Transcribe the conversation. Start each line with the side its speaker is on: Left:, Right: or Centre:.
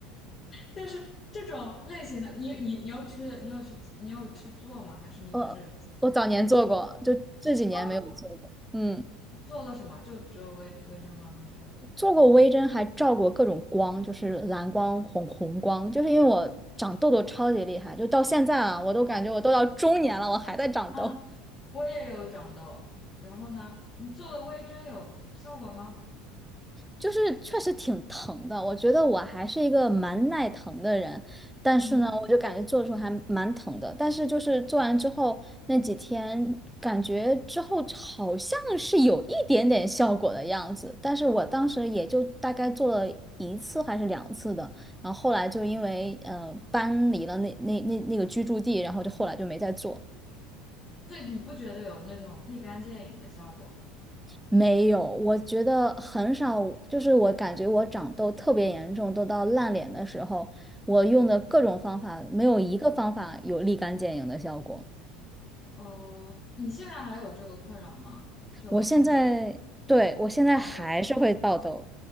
Left: 但是这种类型的，你你你有去你有去你有去做吗？还是你只是对？
Centre: 呃，我早年做过，
Left: 询？
Centre: 就这几年没有做过。
Left: 哦，
Centre: 嗯。
Left: 你做了什么？就只有微微针吗？还是
Centre: 做过微针，还照过各种光，就是蓝光、红红光，就是因为我长痘痘超级厉害，就到现在啊，我都感觉我都到中年了，我还在长痘。
Left: 啊，我也有长痘？然后呢？你做了微针有效果吗？
Centre: 就是确实挺疼的。我觉得我还是一个蛮耐疼的人，但是呢，
Left: 嗯，
Centre: 我就感觉做的时候还蛮疼的。但是就是做完之后那几天，感觉之后好像是有一点点效果的样子。但是我当时也就大概做了一次还是两次的，然后后来就因为呃搬离了那那那那个居住地，然后就后来就没再做。
Left: 所以你不觉得有那种立竿见影的效果？
Centre: 没有，我觉得很少，就是我感觉我长痘特别严重，都到烂脸的时候，我用的各种方法，没有一个方法有立竿见影的效果。
Left: 哦、你现在还有这个困扰吗？就还是会
Centre: 我现在，对，我现在还是会爆痘，
Left: 爆痘？